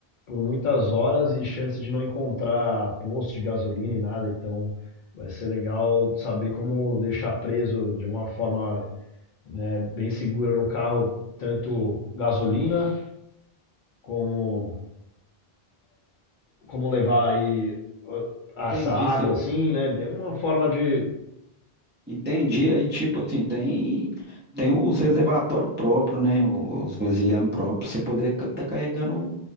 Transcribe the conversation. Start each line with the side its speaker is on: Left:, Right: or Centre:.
Left: por muitas horas e chance de não encontrar posto de gasolina e nada, então vai ser legal saber como deixar preso de alguma forma, né, bem segura no carro tanto gasolina como como levar aí ah,
Right: Entendi,
Left: essa água
Right: você
Left: assim, né? Deu uma forma de.
Right: Entendi. Aí, tipo assim, tem, tem os reservatórios próprios, né? Os vasilhames próprios, pra você poder ca- tá carregando